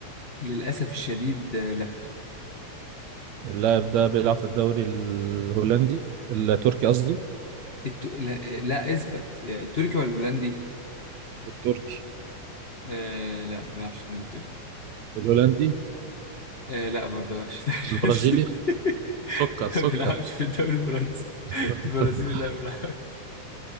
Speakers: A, on the left; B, on the right.
A: للأسف الشديد آه، لا
B: اللاعب ده بيلعب في الدوري الهولندي التركي قصدي
A: الت... لا, لا اثبت يا التركي ولا الهولندي
B: التركي
A: آه لا ما بيعرفش الدوري التركي
B: الهولندي
A: آه لا برضه ما بيعرفش
B: البرازيلي
A: الدوري الهولندي <laughs>
B: سكر سكر
A: <laughs> ما بيلعبش في الدوري الفرنسي <laughs>
B: <laughs>
A: البرازيلي لا ما بيلعبش